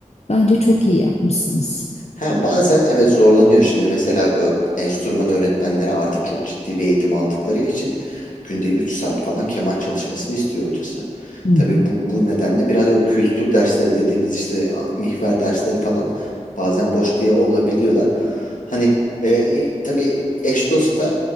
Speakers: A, on the left; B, on the left.
A: bence çok
B: Hı hı.
A: iyi yapmışsınız.
B: Ha, bazen evet zorlanıyor şimdi mesela ö- enstrüman öğretmenleri artık çok ciddi bir eğitim aldıkları için günde 3 saat falan keman çalışmasını istiyor hocası.
A: Hı hı.
B: Tabii bu, bu nedenle biraz o kültür dersleri dediğimiz işte a- mihver dersleri falan bazen boş diye olabiliyorlar. Hani e, e, tabii eş dost da